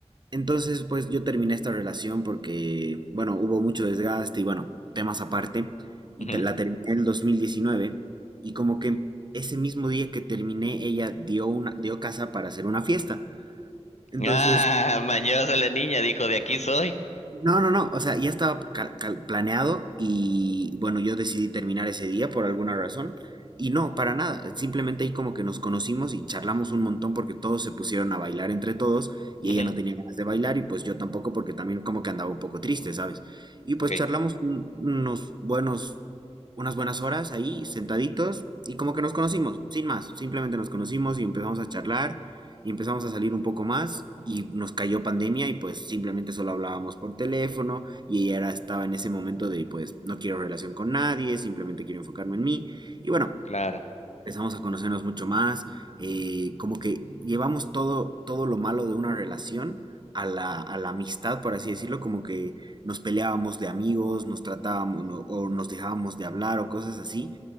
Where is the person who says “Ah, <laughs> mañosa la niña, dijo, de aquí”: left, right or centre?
Left